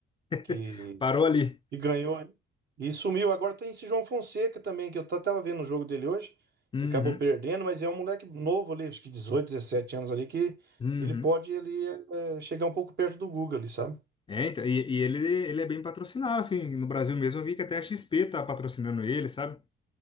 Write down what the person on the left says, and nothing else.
<laughs>
Parou ali.
Uhum,
uhum.
É, então, e, e ele, ele é bem patrocinado, assim, no Brasil mesmo eu vi que até a XP tá patrocinando ele, sabe?